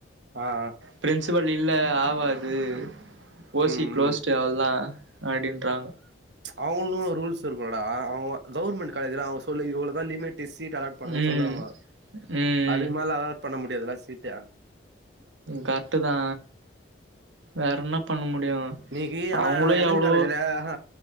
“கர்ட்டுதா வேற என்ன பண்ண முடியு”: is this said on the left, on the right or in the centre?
Right